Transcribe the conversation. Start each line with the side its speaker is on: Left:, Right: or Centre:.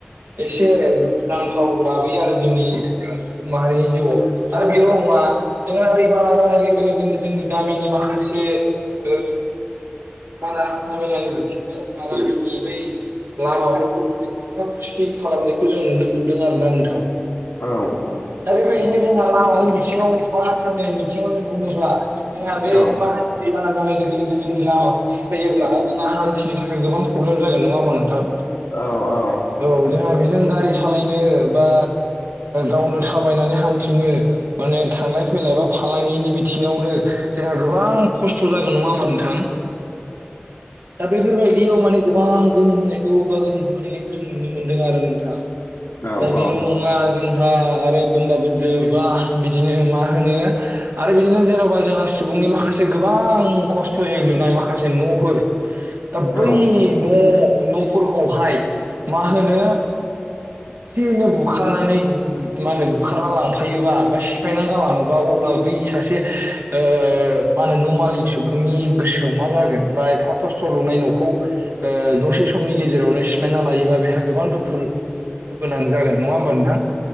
Right: एसे दुखुनांथाव लाबोयो आरो जोंनि सुबुं माहारिनि जिउआव। आरो बेल' नङा जोंहा दै बाना जानाय लोगो लोगोनो जोङो गामिनि माखासे ओ बारा हान्था मेलानि <unintelligible> लामाफोरखौ माने खुरखा खुरसि खालामनायखौ जों नुनो मोनदों आरोना नोंथां।
Left: औ
Right: दा बेबायदिनो जोंहा लामानि बिथिङाव बा हान्था मेलानि बिथिङाव बुङोब्ला जोंहा बे
Left: औ
Right: बाहानि दैबाना जानाय लोगो लोगो जोंनि लामाखौ खुरखायोब्ला जोंना हान्थिनि थाखाय गोबां प्रब्लेम जागोन नङा होमबा नोंथां?
Left: औ औ
Right: औ जोंहा बेजों गारि सालायनो बा गावनो थाबायनानै हान्थिनो माने थांलाय फैलाय बा फालांगिनि बिथिङावनो जोंहा गोबां खस्थ' जागोन नङा होमबा नोंथां? दा बेफोरबायदियाव माने गोबां गोहोम होनायखौ बा गोहोम खोख्लैनायखौ जों नुनो मोन्दों आरो नोंथां।
Left: औ
Right: दा
Left: औ
Right: बेल' नङा जोंहा आरो बुंबाबो जोबा बिदिनो मा होनो आरो बिदिनो जेन'बा जोंहा सुबुंनि माखासे गोबां खस्थ'यै लुनाय माखासे न'फोर दा बै
Left: औ
Right: न' न'फोरखौहाय मा होनो <unintelligible> एसेनो बुखारनानै मा होनो बुखारना लांफायोबा बा सिफायना जालाङोबा अब्ला बै सासे ओ मा होनो न' मालिक सुबुंनि गोसोआव मा जागोन बा एफा ख खस्थ' लुनाय न'खौ ओ दसे समनि गेजेरावनो सिफायना लायोबा बेहा गोबां दुखु दुखु गोनां जागोन नङा होमबा नोंथां?